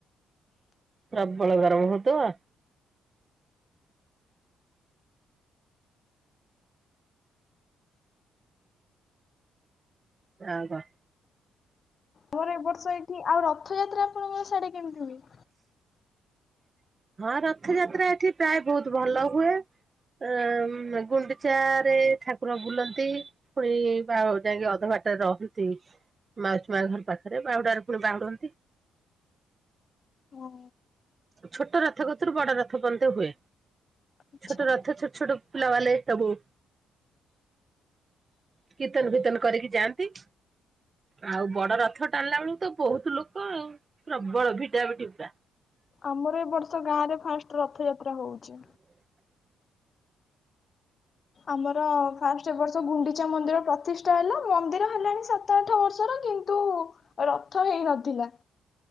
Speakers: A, on the right; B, on the left.
A: ପ୍ରବଳ ଗରମ ହଉଥିବ। ର କ <inaudible>
B: ମୋର ଏ ବର୍ଷ ଏଇଠି ଆଉ ରଥଯାତ୍ରା ଆପଣଙ୍କର ସାଢେ କେମିତି ହୁଏ।
A: ହଁ ରଥଯାତ୍ରା ଏଠି ପ୍ରାୟ ବହୁତ ଭଲ ହୁଏ। ଅ ଗୁଣ୍ଡିଚା ରେ ଠାକୁର ବୁଲନ୍ତି। ପୁଣି ବା ଆଉ ଯାଇକି ଅଧ ବାଟରେ ରହନ୍ତି। ମାଉଛୀ ମା ଘର ପାଖରେ ବାହୁଡାରେ ପୁଣି ବାହୁଡନ୍ତି।
B: ହୁଁ।
A: ଛୋଟ ରଥ କତରୁ ବଡ ରଥ ବନ୍ତେ ହୁଏ
B: ଆଚ୍ଛା
A: ଛୋଟ ରଥ ଛୋଟ ଛୋଟ ପିଲା ମାନେ ସବୁ, କୀର୍ତ୍ତନ ଫିତର୍ତନ କରିକି ଯାଆନ୍ତି। ଆଉ ବଡ ରଥ ଟାଣିଲା ବେଳକୁ ତ ବହୁତ ଲୋକ ଆଉ ପ୍ରବଳ ଭିଡା ଭିଡି ପୁରା।
B: ଆମର ଏ ବର୍ଷ ଗାଁ ରେ ଫାଷ୍ଟ ରଥଯାତ୍ରା ହଉଛି। ଆମର ଫାଷ୍ଟ ଏ ବର୍ଷ ଗୁଣ୍ଡିଚା ମନ୍ଦିର ପ୍ରତିଷ୍ଠା ହେଲା ମନ୍ଦିର ହେଲାଣି ସା ସାତ ଆଠ ବର୍ଷର କିନ୍ତୁ ରଥ ହେଇନଥିଲା।